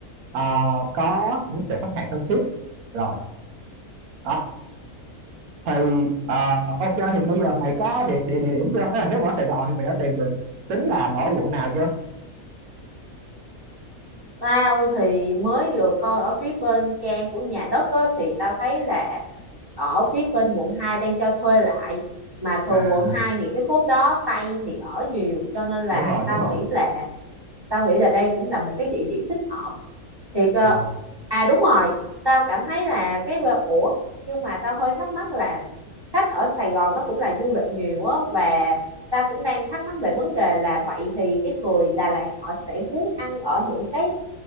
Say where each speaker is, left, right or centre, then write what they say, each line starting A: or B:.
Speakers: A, on the right (about 80°); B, on the right (about 20°).
A: ờ, có những tệp khách hàng thân thiết rồi đó thì ờ, ok thì bây giờ mày có địa, địa, địa điểm chưa Tức là nếu mà ở Sài Gòn thì mày đã tìm được tính làm ở quận nào chưa
B: Tao thì mới vừa coi ở phía bên trang của nhà đất á, thì tao thấy là ở phía bên quận 2 đang cho thuê lại mà thường
A: à
B: quận 2 thì cái khúc đó Tây thì ở nhiều cho nên là
A: đúng rồi
B: tao
A: đúng rồi
B: nghĩ là tao nghĩ là đây cũng là một cái địa điểm thích hợp thiệt ờ,
A: Ờ,
B: à đúng rồi tao cảm thấy là cái vơ- ủa nhưng mà tao hơi thắc mắc là khách ở Sài Gòn nó cũng là du lịch nhiều á và tao cũng đang thắc mắc về vấn đề là vậy thì cái người Đà Lạt họ sẽ muốn ăn ở những cái